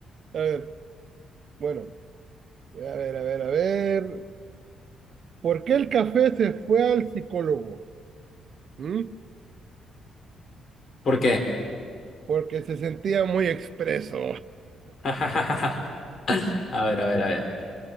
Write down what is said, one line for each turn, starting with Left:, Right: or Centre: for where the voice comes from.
Right: A ver, bueno, a ver, a ver, a ver. ¿Por qué el café se fue al psicólogo? ¿Mm?
Left: ¿Por qué?
Right: Porque se sentía muy expreso.
Left: <laughs> A ver, a ver, a ver.